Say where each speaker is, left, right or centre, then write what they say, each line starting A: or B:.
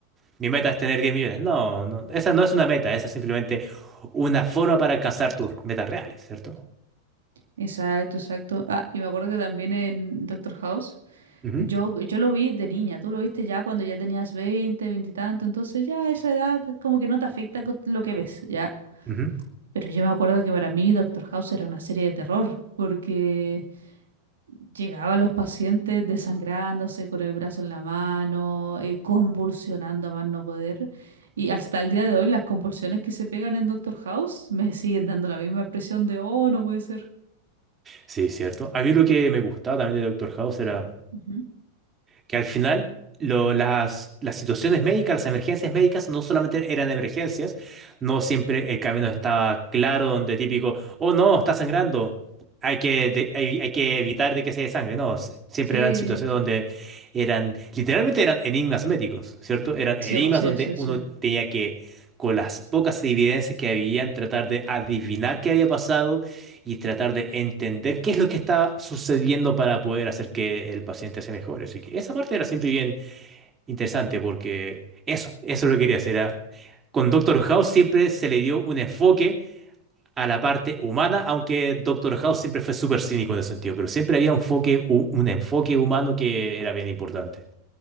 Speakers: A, on the right; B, on the right.
A: Mi meta es tener 10 millones. No, no, esa no es una meta, esa es simplemente una forma para alcanzar tus metas reales, ¿cierto?
B: Exacto, exacto. Ah, y me acuerdo que también en Doctor House,
A: Ujú,
B: yo, yo lo vi de niña, tú lo viste ya cuando ya tenías 20, 20 y tanto, entonces ya a esa edad como que no te afecta co- lo que ves, ya.
A: ujú.
B: Pero yo me acuerdo que para mí Doctor House era una serie de terror, porque Llegaban los pacientes desangrándose con el brazo en la mano, eh, convulsionando a más no poder. Y hasta el día de hoy las convulsiones que se pegan en Doctor House me siguen dando la misma impresión de, oh, no puede ser.
A: Sí, cierto. A mí lo que me gustaba también de Doctor House era
B: Ujú.
A: que al final lo- las, las situaciones médicas, las emergencias médicas, no solamente eran emergencias, no siempre el camino estaba claro, donde típico, oh no, está sangrando, hay que, de- hay, hay que evitar de que se desangre, no, s- siempre
B: Sí,
A: eran situaciones donde eran, literalmente eran enigmas médicos, ¿cierto? Eran
B: sí,
A: enigmas
B: po, sí,
A: donde
B: sí, sí.
A: uno tenía que, con las pocas evidencias que habían, tratar de adivinar qué había pasado y tratar de entender qué es lo que está sucediendo para poder hacer que el paciente se mejore. Así que esa parte era siempre bien interesante porque eso, eso es lo que quería hacer. Era, con Doctor House siempre se le dio un enfoque a la parte humana, aunque Doctor House siempre fue súper cínico en ese sentido, pero siempre había un enfoque, un enfoque humano que era bien importante.